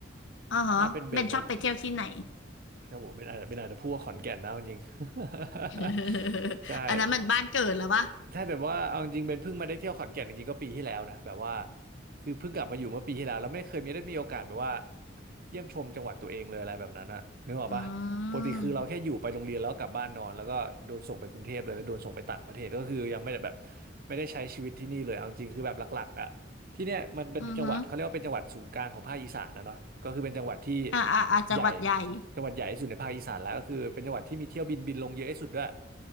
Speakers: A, on the left; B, on the right.
A: อ๋อฮะเบนชอบไปเที่ยวที่ไหน
B: ถ้าเป็นเบนนะโอ้โหเบนอาจจะเบนอาจจะพูดว่าขอนแก่นนะเอาจริง <laughs>
A: <laughs>
B: ใช่
A: อันนั้นมันบ้านเกิดแล้วปะ
B: ถ้าแต่ว่าเอาจริงๆเป็นเพิ่งมาได้เที่ยวขอนแก่นจริงๆก็ปีที่แล้วนะแบบว่าคือเพิ่งกลับมาอยู่เมื่อปีที่แล้วแล้วไม่เคยมีได้มีโอกาสแบบว่าเยี่ยมชมจังหวัดตัวเองเลยอะไรแบบนั้นอะนึกออกปะปกติคือเราแค่อยู่ไปโรงเรียนแล้วกลับบ้านนอนแล้วก็โดนส่งไปกรุงเทพเลยแล้วโดนส่งไปต่างประเทศก็คือยังไม่ได้แบบ
A: อืม
B: ไม่ได้ใช้ชีวิตที่นี่เลยเอาจริงๆคือแบบหลักๆอะที่เนี่ยมันเป็นจังหวัดเขาเรียกว่าเป็นจังหวัดศูนย์กลางของภาคอีสานนะเนาะก็คือเป็นจังหวัดที่
A: อือฮึอ่าอ่าอ่าจังหวัดใหญ่
B: ใหญ่ จังหวัดใหญ่ที่สุดในภาคอีสานแล้วก็คือเป็นจังหวัดที่มีเที่ยวบินบินลงเยอะที่สุดด้วย